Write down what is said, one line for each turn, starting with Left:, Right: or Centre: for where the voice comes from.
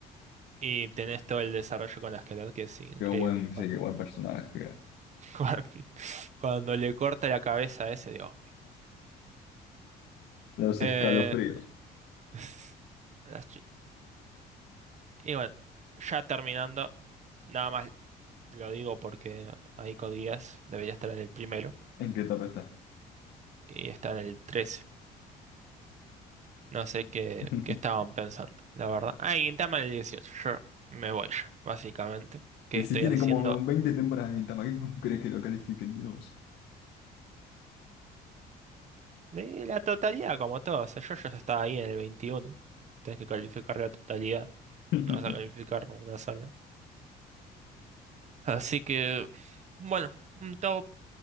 Right: Y tenés todo el desarrollo con la Esquelet, que es increíble.
Left: qué buen,
Right: Cuando,
Left: sí, qué buen personaje.
Right: <laughs> cuando, cuando le corta la cabeza a ese, digo.
Left: Los
Right: Eh,
Left: escalofríos.
Right: <laughs> las chi- y bueno, ya terminando, nada más lo digo porque Aiko Díaz debería estar en el primero
Left: ¿En qué top está?
Right: y está en el 13. No sé qué,
Left: <laughs>
Right: qué estaban pensando, la verdad. Ah, Gintama en el 18. Yo me voy yo, básicamente. ¿Qué
Left: Y
Right: estoy
Left: si tiene
Right: haciendo
Left: como 20
Right: acá?
Left: temporadas de Gintama, ¿qué- ¿cómo crees que lo califiquen? Dios.
Right: De la totalidad, como todo. O sea, yo ya estaba ahí en el 21. Tienes que calificar la totalidad.
Left: <laughs>
Right: No vas a calificar una sola Así que, bueno, un top.